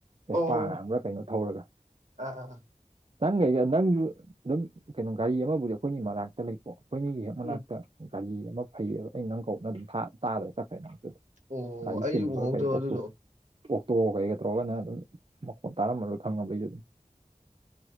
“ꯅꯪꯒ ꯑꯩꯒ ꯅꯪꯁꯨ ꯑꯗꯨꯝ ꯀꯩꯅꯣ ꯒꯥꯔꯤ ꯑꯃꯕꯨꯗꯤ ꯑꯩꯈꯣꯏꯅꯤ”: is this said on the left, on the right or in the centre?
Right